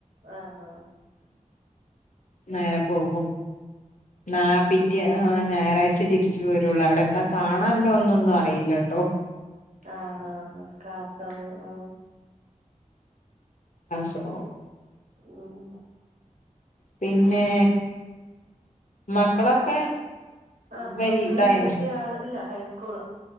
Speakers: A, on the right; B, on the left.
A: ആഹഹ
B: നേരെ പോകും നാ പിറ്റിയ ഞായറാഴ്ച തിരിച്ചു പോരുള്ളൂ അവിടെ എന്താ കാണല്ലോ ഒന്നൊന്നും അറിയില്ല കേട്ടോ
A: ആഹ ആഹ് ആഹ കാ സ ആഹ
B: കാ സാ റോ
A: ഉം
B: പിന്നെ മക്കളൊക്കെ
A: ആഹ
B: വലുതായിന്
A: മക്കള് മൂത്ത ആള് ഇല്ല ഹൈസ്കൂള്